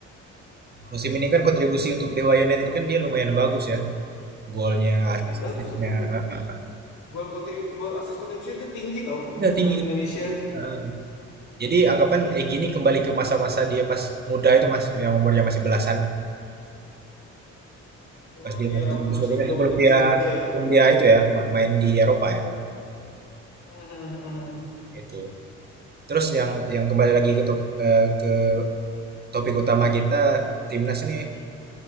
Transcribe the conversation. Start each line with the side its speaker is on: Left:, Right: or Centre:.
Right: Musim ini kan kontribusi untuk Dewa United kan dia lumayan bagus ya, golnya,
Left: iya, lumayan
Right: assist-assist-nya,
Left: bagus itu.
Right: heeh.
Left: Gol kontribu gol asis kontribusi itu tinggi tau untuk
Right: Iya
Left: pemain
Right: tinggi
Left: Indonesia.
Right: tinggi, heeh. Jadi anggapan Egy ini kembali ke masa-masa dia pas muda itu, Mas, yang umurnya masih belasan,
Left: Oh
Right: pas dia
Left: iya,
Right: masih
Left: waktu masih
Right: sebelum
Left: zaman dia
Right: dia
Left: masih muda ya.
Right: sebelum dia itu ya ma main di Eropa ya,
Left: <laughs>
Right: itu. Terus yang yang kembali lagi ke top eee Topik utama kita timnas nih,